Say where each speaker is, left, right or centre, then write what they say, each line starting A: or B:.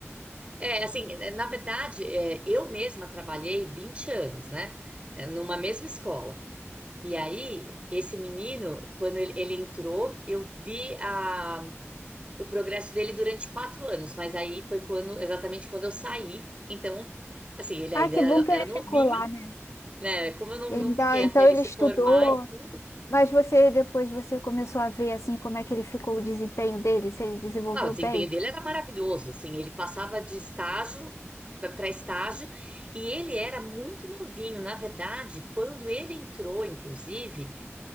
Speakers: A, on the right; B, on the left.
A: É, assim, é, na verdade, é, eu mesma trabalhei 20 anos, né? É, Numa mesma escola. E aí, esse menino, quando ele, ele entrou, eu vi a, o progresso dele durante quatro anos, mas aí foi quando, exatamente quando eu saí. Então, assim, ele ainda
B: Ah, que
A: era,
B: bom que
A: era
B: ele
A: novinho,
B: ficou lá, né?
A: né, como eu não,
B: Então,
A: não fiquei
B: então
A: até ele
B: ele
A: se
B: estudou,
A: formar e tudo,
B: Mas você depois você começou a ver assim como é que ele ficou o desempenho dele, se ele desenvolveu
A: ah, o desempenho
B: bem.
A: dele era maravilhoso, assim, ele passava de estágio para estágio e ele era muito novinho, na verdade, quando ele entrou, inclusive,